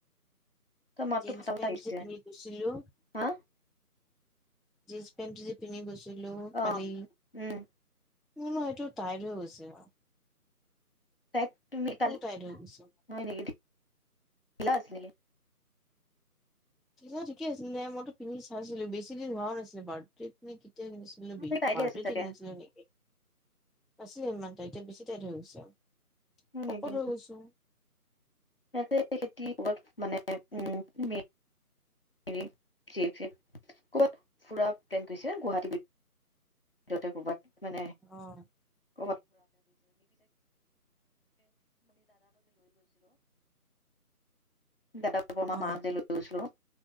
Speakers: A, on the left (about 40°); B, in the centre.
A: তই মাতটো
B: জীন্স
A: ফটা
B: -পেণ্ট
A: ফটা আহিছে
B: যে পিন্ধি গৈছিলো,
A: হা
B: জিনচ-পেণ্টটো যে পিন্ধি গৈছো, দিলো
A: অ
B: কালি
A: উম
B: মোৰ ন', এইটো টাইট হৈ গৈছে। <unintelligible>
A: তাইক তুমি
B: এইটোও
A: কালি,
B: টাইট হৈ গৈছে
A: হয় নেকি? - ধিলা আছিল নেকি?
B: তেতিয়া ঠিকে আছিলে, মইতো পিন্ধি চাইছিলো বেছি দিন হোৱাও নাছিলে বাৰ্থডতে নে, কেত, -তিয়া কিনছিলো
A: অ', চাগে তাইৰে
B: বাৰ্থডেতে
A: আছিল চাগে
B: কিনিছিলো
A: হয়
B: নেকি, আছিলে ইমান টাইটে, বেছি টাইটহৈ গৈছে আৰু।
A: নেকি
B: শকত হৈ গৈছো।
A: <unintelligible> <unintelligible> তাতে ক'ৰবাত, মানে
B: অ, '
A: <unintelligible> দাদা, পাপা, মামাহতক
B: অ
A: যে লৈ গৈছিলো।